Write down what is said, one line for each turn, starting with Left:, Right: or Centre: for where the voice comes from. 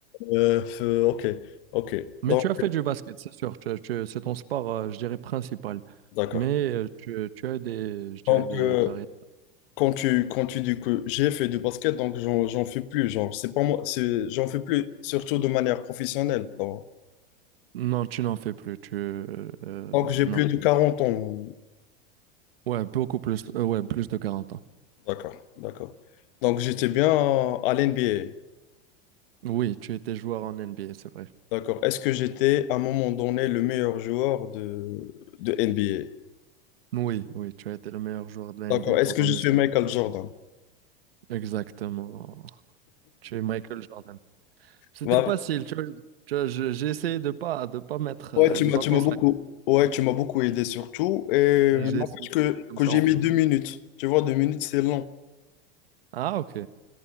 Left: Euh, euh, ok, ok.
Right: Mais
Left: Donc,
Right: tu as fait du basket, c'est sûr. tu- as- tu- c'est ton sport, euh, je dirais, principal.
Left: d'accord.
Right: Mais euh, tu, tu as des, je dirais,
Left: Donc,
Right: des
Left: euh,
Right: carrières.
Left: Quand tu, quand tu dis que j'ai fait du basket, donc j'en, j'en fais plus, genre, c'est pas moi, c'est, j'en fais plus, surtout de manière professionnelle. Donc,
Right: Non, tu n'en fais plus. Tu, euh, euh,
Left: donc j'ai
Right: non.
Left: plus de 40 ans.
Right: Ouais, beaucoup plus. euh, ouais, plus de 40 ans.
Left: D'accord, d'accord. Donc, j'étais bien à, l'NBA.
Right: Oui, tu étais joueur en NBA, c'est vrai.
Left: D'accord. Est-ce que j'étais à un moment donné le meilleur joueur de, de NBA?
Right: Oui, oui, tu as été le meilleur joueur de la NBA
Left: D'accord. Est-ce
Right: pendant
Left: que je
Right: des
Left: suis Michael
Right: années.
Left: Jordan?
Right: Exactement. Tu es Michael Jordan. C'était
Left: Bah,
Right: facile, tu vois. Tu vois, je- j'ai essayé de pas de pas mettre euh,
Left: ouais, tu
Right: de
Left: m'as,
Right: pas
Left: tu
Right: penser
Left: m'as beaucoup, ouais, tu m'as beaucoup aidé surtout. Et
Right: à j'ai
Left: n'empêche
Right: essayé
Left: que,
Right: d'aider comme
Left: que
Right: ça.
Left: j'ai
Right: en-
Left: mis deux minutes. Tu vois, deux minutes, c'est long.
Right: Ah ok.